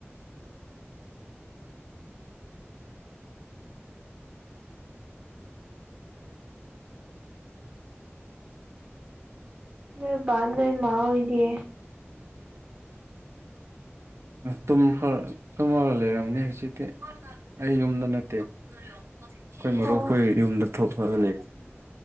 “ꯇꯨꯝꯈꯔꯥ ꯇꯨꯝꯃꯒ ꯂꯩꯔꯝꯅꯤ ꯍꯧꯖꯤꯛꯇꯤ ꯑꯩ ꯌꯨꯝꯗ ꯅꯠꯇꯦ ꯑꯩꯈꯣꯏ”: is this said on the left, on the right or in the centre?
Right